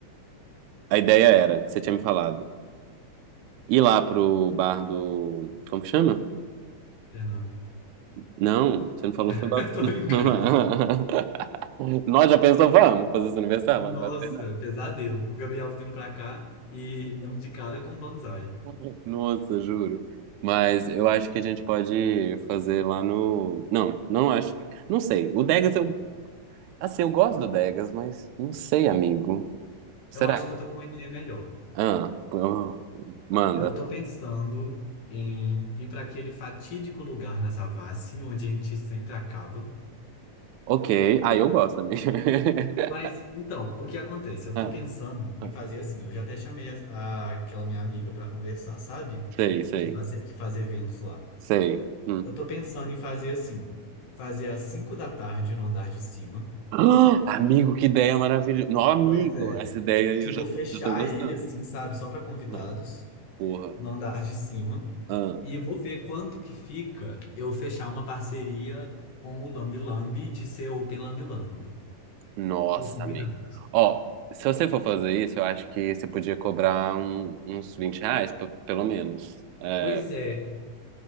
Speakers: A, on the right (about 80°); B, on the left (about 75°).
A: a ideia era que você tinha me falado. Ir lá pro bar do. Como que chama?
B: Fernando.
A: Não, você não falou,
B: <laughs>
A: foi Batuta.
B: Tô brincando.
A: <laughs> Nós já pensamos, vamos fazer esse aniversário
B: Nossa,
A: lá no Batuta.
B: pesadelo. O Gabriel vindo pra cá e dando de cara com o Banzai.
A: <laughs> Nossa, juro. Mas eu acho que a gente pode fazer lá no. Não, não acho. Não sei. O Degas, eu. Assim, eu gosto do Degas, mas não sei, amigo. Será?
B: Eu acho que eu tô com uma ideia melhor.
A: Ah, pô, manda.
B: Eu tô pensando em ir pra aquele fatídico lugar na Savassi, onde a gente sempre acaba.
A: Ok. Ah, eu gosto, amiga. <laughs>
B: Mas, então, o que acontece? Eu
A: Ah,
B: tô pensando em
A: ah,
B: fazer assim. Eu já até chamei a- a- aquela minha amiga pra conversar, sabe?
A: Sei, sei,
B: Que fazer, que faz eventos lá.
A: sei. Hum.
B: Eu
A: <gasps>
B: tô pensando em fazer assim. Fazer às 5 da tarde no andar de cima.
A: Ah, amigo, que ideia maravilhosa. Não, amigo,
B: Pois é.
A: essa ideia aí
B: Tipo,
A: eu já,
B: fechar
A: já tô gostando.
B: ele assim, sabe? Só para convidados,
A: Ah, Porra.
B: no andar de cima.
A: Ah,
B: E vou ver quanto que fica eu fechar uma parceria com o Lambi Lambi de ser Open Lambi Lambi
A: Nossa,
B: pros convidados.
A: amigo. Ó, se você for fazer isso, eu acho que você podia cobrar um- uns 20 reais, pe- pelo menos. É,
B: Pois é.